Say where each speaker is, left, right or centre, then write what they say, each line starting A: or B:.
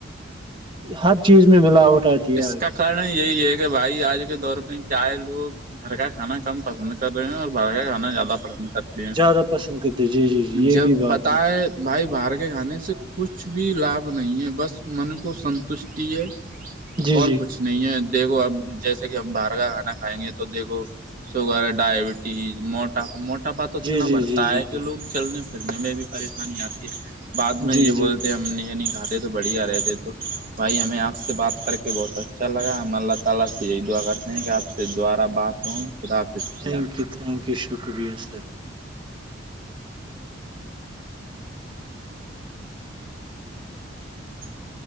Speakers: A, on the right (about 25°); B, on the right (about 45°).
A: ہر چیز میں ملاوٹ آتی ہے
B: اس
A: آج
B: کا کارن یہی ہے کہ بھائی آج کے دور میں کیا ہے لوگ گھر کا کھانا کم پسند کر رہے ہیں اور باہر کا کھانا زیادہ پسند کر
A: زیادہ پسند کرتے جی جی جی یہ
B: جب
A: بھی بات
B: پت ہے بھائی باہر کے کھانے سے کچھ بھی لابھ نہیں ہے بس من کو سنتوشٹی ہے
A: جی
B: اور
A: جی
B: کچھ نہیں ہے دیکھو اب جیسے کہ ہم باہر کا کھانا کھائیں گے تو دیکھو شوگر ڈائبٹیز موٹاپا موٹاپا تو اتنا
A: جی جی
B: بڑھتا
A: جی جی
B: ہے
A: جی
B: کہ لوگ چلنے پھرنے میں بھی پریشانی آتی ہے بعد میں
A: جی
B: یہ
A: جی
B: بولتے ہم نے یی نہی کھاتے بڑھیا رہتے تو بھائی ہمیں آپ سے بات کر کے بہت اچھا لگا ہے ہم اللہ تعالی سے یہی دعا کرتے ہیں کہ آپ سے دوبارہ بات ہوں خدا حافظ
A: تھینک
B: بھیا
A: یو تھینک یو شکریہ سر
B: ہ <inaudible>